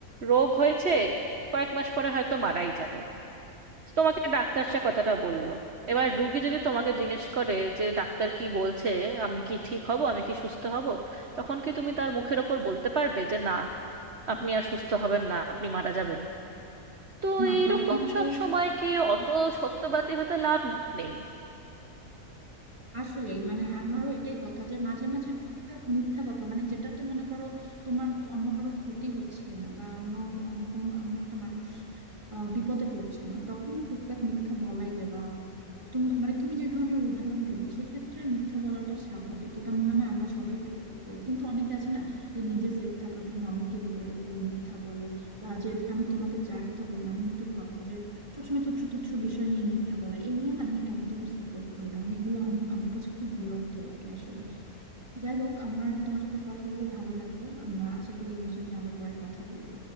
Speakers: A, on the right (about 45°); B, on the right (about 20°).
A: রোগ হয়েছে কয়েক মাস পরে হয়তো মারাই যাবে তোমাকে ডাক্তার সে কথাটা বললো এবার রুগী যদি তোমাকে জিজ্ঞেস করে যে ডাক্তার কি বলছে আমি কি ঠিক হব আমি কি সুস্থ হব তখন কি তুমি তার মুখের ওপর বলতে পারবে যে না আপনি আর সুস্থ হবেন না আপনি মারা যাবেন তো
B: না
A: এইরকম
B: তখন তো
A: সব সময়কে অত সত্যবাদী হতে লাভ নেই
B: আসলে মানে আমারও এটাই কথা যে মাঝে মাঝে টুকটাক মিথ্যা কথা মানে যেটাতে মনে করো তোমার অন্য কারো ক্ষতি হচ্ছে না বা অন্য অন্য কোনো অন্য একটা মানুষ আহ, বিপদে পড়ছে না তখন টুকটাক মিথ্যা বলাই যায় বা তুমি মানে তুমি যে ধরনের উদাহরণ দিলে সেক্ষেত্রে মিথ্যা বলাটা স্বাভাবিক এটা মনে হয় আমরা সবাই টুকটাক করি কিন্তু অনেকে আছে না যে নিজে সেফ থাকার জন্য অন্যকে বিপদে ফেলে মিথ্যা বলে বা যে আমি তোমাকে যার কথা বললাম মিতুর কথা যে সবসময় তুচ্ছ তুচ্ছ বিষয় নিয়ে মিথ্যা বলা এগুলো না আমি একদম সাপোর্ট করি না মানে এগুলো আম- আমার কাছে খুব বিরক্ত লাগে আসলে যাই হোক আমার তোমার সাথে কথা বলে ভালো লাগলো আমরা আশা করি এই বিষয় নিয়ে আবার পরে কথা বলবো